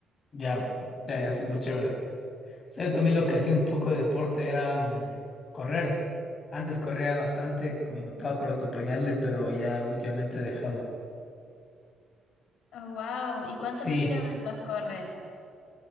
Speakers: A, on the left (about 45°); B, on the left (about 75°).
A: Ya, ya, ya, súper chévere. O sea, yo también lo que hacía un poco de deporte era mm, correr. Antes corría bastante con mi papá por acompañarle, pero ya últimamente he dejado.
B: Oh, wow. ¿Y cuántos
A: Sí,
B: kilómetros corres